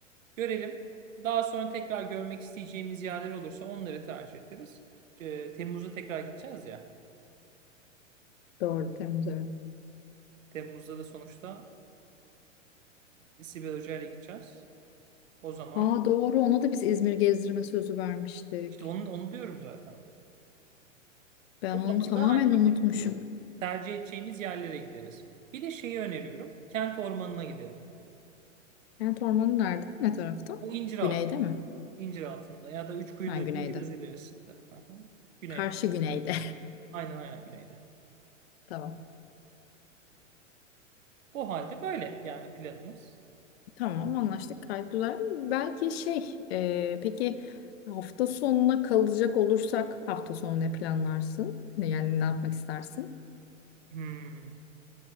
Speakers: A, on the right; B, on the left.
A: görelim. Daha sonra tekrar görmek isteyeceğimiz yerler olursa onları tercih ederiz. Ee, Temmuz'da tekrar gideceğiz ya.
B: Doğru Temmuz evet.
A: Temmuz'da da sonuçta e, Sibel Hoca'yla gideceğiz. O zaman
B: Aa doğru ona da biz İzmir gezdirme sözü vermiştik.
A: işte onu, onu diyorum zaten.
B: Ben
A: O
B: onu
A: zaman
B: tamamen
A: da hani bizim
B: unutmuşum.
A: tercih edeceğimiz yerlere gideriz. Bir de şeyi öneriyorum. Kent ormanına gidelim.
B: Kent ormanı nerede? Ne tarafta?
A: O incir altında.
B: Güneyde mi?
A: İncir altında ya da üç kuyuların
B: Ha güneyde.
A: biraz ilerisinde. Aha. Güneyde.
B: Karşı güneyde.
A: Aynen aynen güneyde.
B: <laughs> Tamam.
A: O halde böyle yani planımız.
B: Tamam anlaştık. Gayet güzel. Belki şey e, peki hafta sonuna kalacak olursak hafta sonu ne planlarsın? Ne- Yani ne yapmak istersin?
A: Hmm.